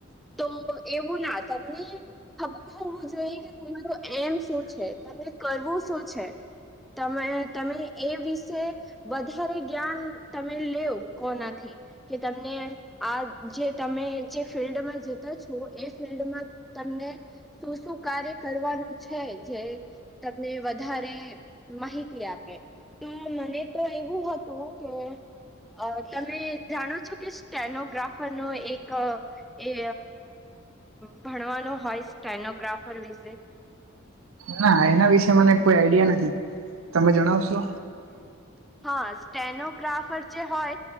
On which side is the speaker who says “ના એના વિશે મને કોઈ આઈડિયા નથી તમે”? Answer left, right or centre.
Right